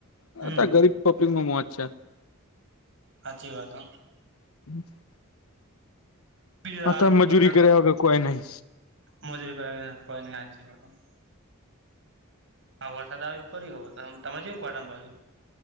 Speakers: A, on the right; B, on the left.
A: હમ
B: હ ગરીબ પબ્લિક નું મોત છે.
A: સાચી વાત હ
B: <inaudible>
A: બીજું
B: આતો
A: આ થોડું
B: મજૂરી
A: વરસાદ
B: કર્યા વગર કોઈ નહી.
A: મજૂરી કરી નાખવાની હાચી વાત. હા વરસાદ આવે કર્યુ તમે શું પડામાં વાવ્યું.